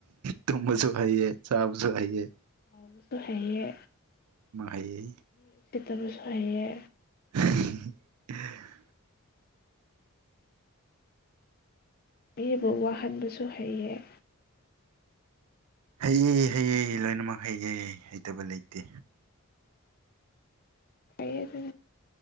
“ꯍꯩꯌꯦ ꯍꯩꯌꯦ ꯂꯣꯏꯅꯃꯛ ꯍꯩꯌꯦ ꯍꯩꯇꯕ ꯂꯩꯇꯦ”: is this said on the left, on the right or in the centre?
Right